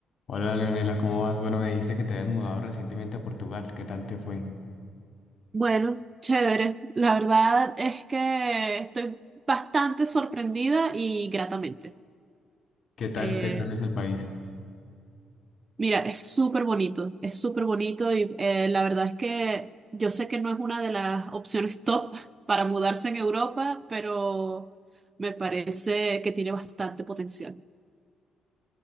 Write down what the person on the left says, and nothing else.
Hola Leonela, ¿cómo vas? Bueno, me dijiste que te habías mudado recientemente a Portugal. ¿Qué tal te fue?
¿Qué tal,
qué tal es el país?